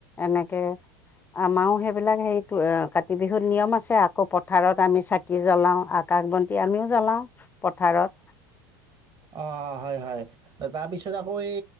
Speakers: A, on the left; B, on the right.
A: এনেকে আমাৰো সেইবিলাক হেৰিত অ কাতি বিহুত নিয়ম আছে আকো পথাৰত, আমি চাকি জ্বলাও। আকাশ, বন্তি আমিও জ্বলাও পথাৰত।
B: অ হয় হয়। তাৰপিছত আকৌ এই